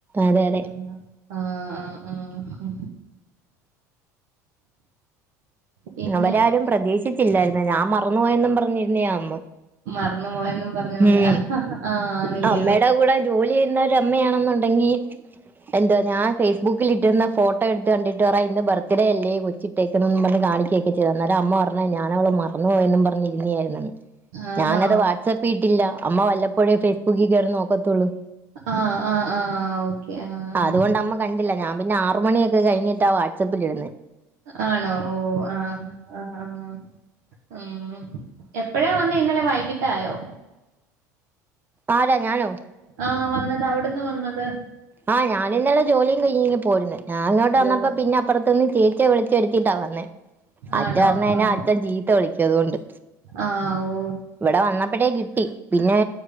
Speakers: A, on the right; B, on the right.
A: അതെ അതെ
B: ആഹ് ആഹ് ആഹ് ഹാ പിന്നെ
A: അവരാരും പ്രതീശിച്ചില്ലായിരുന്നു ഞാൻ മറന്നു പോയെന്നും പറഞ്ഞിരുന്നേ അമ്മ
B: മറന്നു പോയന്നും പറഞ്ഞോണ്ട്
A: ഉം
B: ആഹ് നില്ലയോ
A: അമ്മയുടെ കൂടെ ജോലി ചെയ്യുന്ന ഒരമ്മയാണെന്നുണ്ടെങ്കി എന്തോ ഞാൻ ഫേയ്സ്ബുക്കില് ഇട്ടിരുന്ന ഫോട്ടോ ഇട്ത് കണ്ടിട്ട് പറ ഇന്ന് ബർത്ത്ഡേ അല്ലേ കൊച്ചിട്ടേക്ക്ന്ന് പറ്ഞ്ഞ് കാണി കേകിച്ച് തന്ന് അന്നാരം അമ്മ പറഞ്ഞു ഞാൻ അവള് മറന്നു പോയന്നും പറഞ്ഞ് ഇരിന്നായിരുന്ന്
B: ആണോ?
A: ഞാനത് വാട് സപ്പിട്ടില്ല അമ്മ വല്ലപ്പോഴേ ഫേസ്ബുക്കിൽ കയറി നോക്കത്തുള്ളൂ
B: ആഹ് ആഹ് ആഹ് ഓക്കെ ആഹ് ആഹ്
A: അതുകൊണ്ട് അമ്മ കണ്ടില്ല ഞാൻ പിന്നെ ആറ് മണിക്കെ കഴിഞ്ഞിട്ടാ വാട്സപ്പിൽ ഇടുന്നേ
B: ആണോ ഓ ആഹ് ആഹ് ആഹ് ആഹ് എപ്പഴാ വന്നേ ഇന്നലെ വൈകിട്ടായോ
A: ആരാ ഞാനോ
B: ആഹ് വന്നത് അവ്ട്ന്ന് വന്നത്
A: ആഹ് ഞാനിന്നലെ ജോലിയും കഴിഞ്ഞ് ഇങ്ങ് പോരുന്നേ ഞാൻഇങ്ങോട്ട്
B: ജ-
A: വന്നപ്പോ പിന്നെ അപ്പുറത്ത്ന്ന് ചേച്ചീയേ വിളിച്ചു വരുത്തീട്ടാ വന്നേ അച്ഛൻ
B: ആണോ?
A: അറിഞ്ഞ്കഴിഞ്ഞാ
B: ആഹ്
A: അച്ഛൻ ചീത്ത വിളിക്കും അതോണ്ട്
B: ആഹ് ഓ
A: ഇവിടെ വന്നപ്പഴേ കിട്ടി പിന്നെ